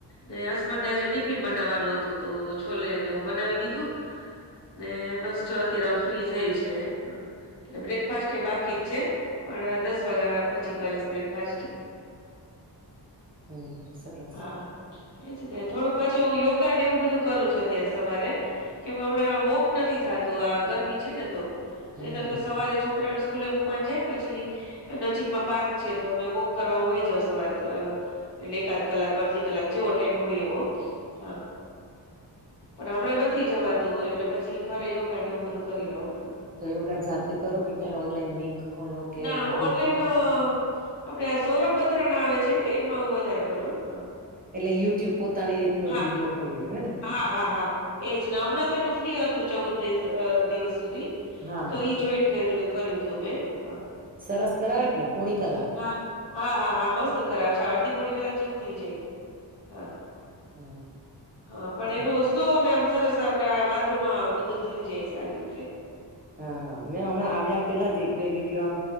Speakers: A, on the left (about 80°); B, on the right (about 20°).
A: ને હસબન્ડને આજે ટિફિન બનાવવાનું હતું તો છોલેને એું બનાવી દીધું. ને બસ જો અત્યારે આવું ફ્રી થઈ છે. એટલે બ્રેકફાસ્ટ એ બાકી જ છે પણ દસ વાગ્યા પછી કરીશ બ્રેકફાસ્ટ
B: હમ સરરા
A: હા એજ ને થોડુંક પાછું હ યોગા ને એવું બધું કરું છું અત્યારે સવારે કેમ કે હમણાં વોક નથી થતું આ ગરમી છે ને તો
B: હમ
A: નહીતર તો સવારે છોકરાઓને સ્કૂલે મૂકવાની જાયમ પછી નજીકમાં પાર્ક છે તો અમે વોક કરવાનું હોય જાવ સવારે એટલે એકાદ કક અડધી કલાક જેવો ટાઈમ હોય એવો હા <unintelligible> પણ હમણાં નથી જવા એટલે પછી ઘરે યોગા ને એવું બધું કરી લઉવં હ.
B: તો યોગા જાતે કરો કે કઈ ઓનલાઈન લિંક ખોલો કે
A: ના
B: યુટ્યુબ?
A: ઓનલાઈન આપડે આ સૌરભ બત્રા ના આવે છે ને એમાં હું વધારે કરું હા.
B: એટલે યુટ્યુબ પોતાની રીતનો
A: હા
B: જ
A: હા.
B: વિડીિયો ખોલી લ્યો હે ને?
A: હા હા હા એજ ને હમણાં તો એનું ફ્રી હતું ચૌદ દિવસ સુધી.
B: હા
A: તો
B: હા
A: ઈ જોઈન્ટ કર કર્યું હતું મેં હ.
B: સરસ કરાવે ને પોણી કલાક?
A: હા હા હા હા મસ્ત કરાવે છે અડધી પોણી કલાક જેવું થઇ જાય હા.
B: હમ
A: હા પણ
B: હમ
A: એનો સ્લો ને એમ સરસ આપડે વાંધો ન આવે બધું થઈ જાય સારી રીતે
B: હા હા મેં હમણાં આવ્યા પેલા જ એક બે વિડીયો